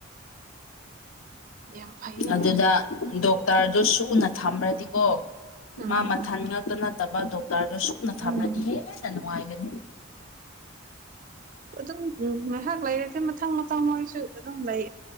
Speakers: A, on the right; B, on the left.
A: ꯌꯥꯝ ꯐꯩꯌꯦ
B: ꯑꯗꯨꯗ ꯗꫭꯛ ꯇꯔꯗꯨ ꯁꯨꯅ ꯊꯝꯃ꯭ꯔꯗꯤꯀꯣ
A: ꯎꯝ
B: ꯃꯥ ꯃꯊꯟ ꯉꯛꯇ ꯅꯠꯇꯕ ꯗꫭꯛ ꯇꯥꯔꯗꯨ ꯁꯨꯅ ꯊꯝꯂꯗꯤ
A: ꯎꯝ
B: ꯍꯦꯟꯅ ꯅꯨꯡꯉꯥꯏꯒꯅꯤ
A: ꯑꯗꯨꯝ ꯉꯥꯏꯍꯥꯛ ꯂꯩꯔꯗꯤ ꯃꯊꯪ ꯃꯊꯪ ꯃꯣꯏꯁꯨ ꯑꯗꯨꯝ ꯂꯩ